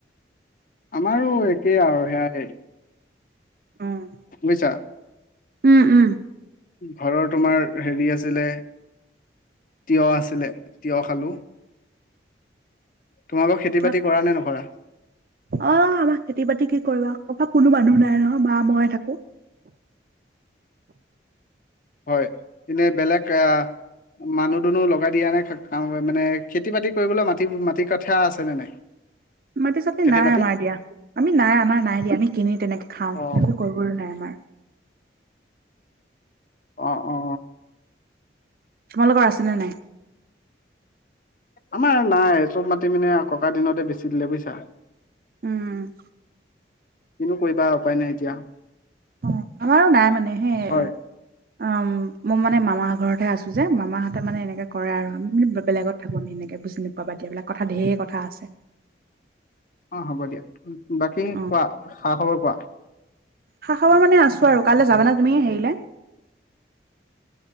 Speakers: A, on the left (about 45°); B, on the right (about 50°).
A: আমাৰো একেই আৰু সেয়াই।
B: উম
A: বুইছা।
B: উম উম।
A: ঘৰৰ তোমাৰ হেৰি আছিলে তিয়হ আছিলে তিয়হ খালো। তোমালোকৰ খেতি
B: উম
A: বাতি কৰা নে নকৰা?
B: অ' আমাৰ খেতি বাতি কি কৰিবা, আমাৰ কোনো মানুহ নাই নহয় মা মই হে থাকো।
A: হয় এনেই বেলেগ আ মানুহ দুনুহ লগাই দিয়া নাই কাম মানে খেতি বাতি কৰিবলে মাটি মাটি কথা আছে নে নাই?
B: মাটি চাতি
A: খেতি
B: নাই
A: বাতি
B: আমাৰ দিয়া আমি নাই আমাৰ নাই দিয়া আমি কিনি তেনেকে খাওঁ
A: অ
B: একো কৰিবলৈ নাই আমাৰ।
A: অ' অ 'অ।
B: তোমালোকৰ আছে নে নাই।
A: আমাৰ নাই চব মাটি মানে ককা দিনতে বেছি দিলে বুজিছা।
B: উম
A: কিনো কৰিবা। উপায় নাই এতিয়া
B: অ আমাৰো নাই মানে সেই
A: হয়
B: অ মই মানে মামা ঘৰত হে আছো যে মামাহঁতে মানে এনেকে কৰে আৰু আমি মান বেলেগত থাকো আমি এনেকে বুজি নেপেবা দিয়া এইবিলাক কথা ধেৰ কথা আছে।
A: অ হ'ব দিয়া বাকী
B: অ
A: কোৱা খা খবৰ কোৱা?
B: খা খাবৰ মানে আছো আৰু কাইলৈ যাবানে তুমি হেৰিলে।